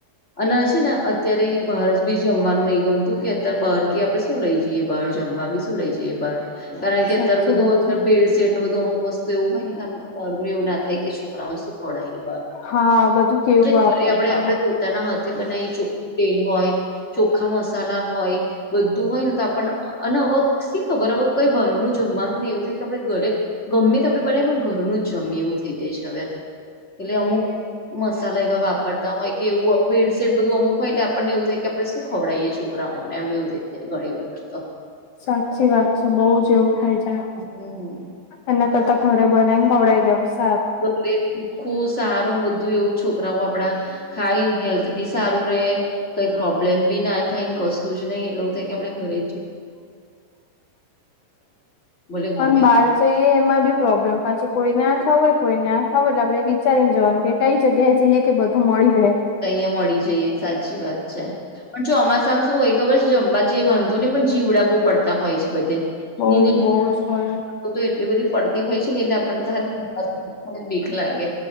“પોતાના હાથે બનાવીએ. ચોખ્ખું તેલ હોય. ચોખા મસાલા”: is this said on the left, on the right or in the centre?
Left